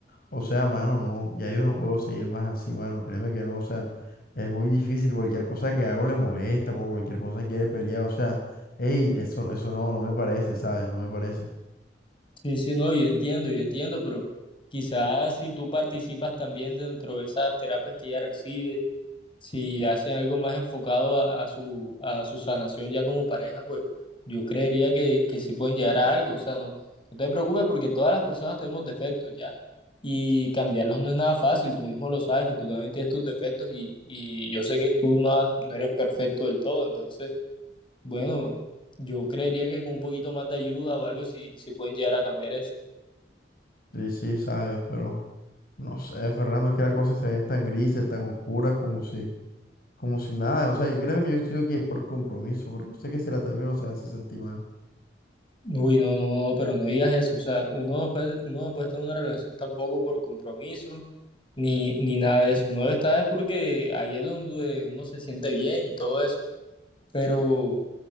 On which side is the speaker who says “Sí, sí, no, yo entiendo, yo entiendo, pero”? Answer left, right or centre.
Left